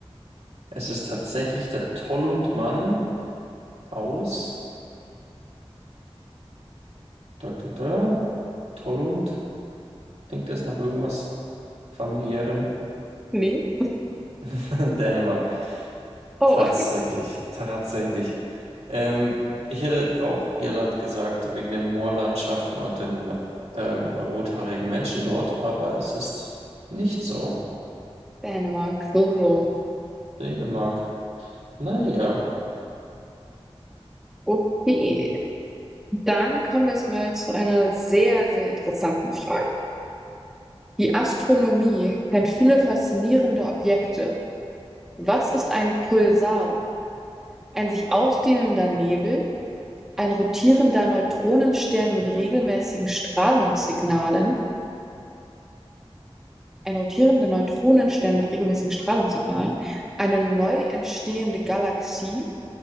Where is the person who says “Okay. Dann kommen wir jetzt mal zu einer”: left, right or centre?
Centre